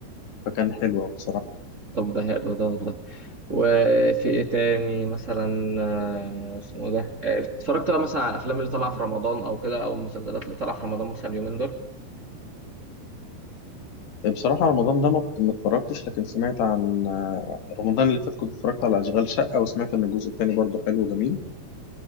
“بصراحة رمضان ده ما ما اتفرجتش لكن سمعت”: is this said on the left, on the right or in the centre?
Left